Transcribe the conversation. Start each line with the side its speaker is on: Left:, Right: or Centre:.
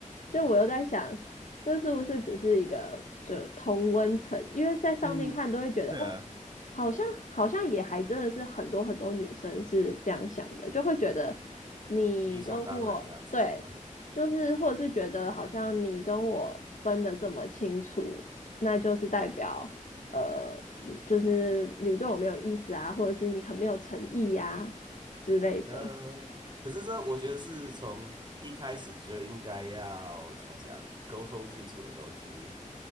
Left: 就我又在想，这是不是只是一个就同温层？因为在上面看都会觉得，
Right: 嗯，对啊，
Left: 哦，好像好像也还真的是很多很多女生是这样想的，就会觉得你跟我对，
Right: 理所当然这样子是吗？
Left: 就是或者是觉得好像你跟我分的这么清楚，那就是代表呃，嗯就是你对我没有意思啊，或者是你很没有诚意呀、之类的。
Right: 呃，可是这我觉得是从一开始就应该要怎么讲，沟通清楚的东西，